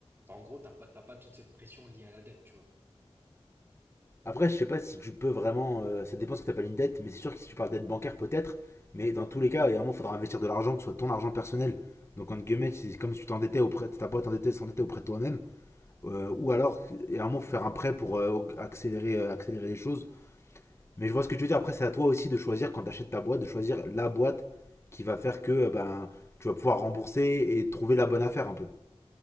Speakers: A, on the right; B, on the left.
A: enfin, en gros, t'as pas, t'as pas toute cette pression liée à la dette, tu vois.
B: Après, je sais pas si tu peux vraiment. euh, ça dépend ce que tu appelles une dette, mais c'est sûr que si tu parles dette bancaire, peut-être. Mais dans tous les cas, il faudra investir de l'argent, que ce soit ton argent personnel. Donc, entre guillemets, c'est comme si tu t'endettais auprès de ta boîte, t'endettais, s'endettait auprès de toi-même. Euh, ou alors, et à un moment, faut faire un prêt pour euh, accélérer, euh, accélérer les choses. Mais je vois ce que tu veux dire. Après, c'est à toi aussi de choisir, quand tu achètes ta boîte, de choisir la boîte qui va faire que euh, ben, tu vas pouvoir rembourser et trouver la bonne affaire un peu.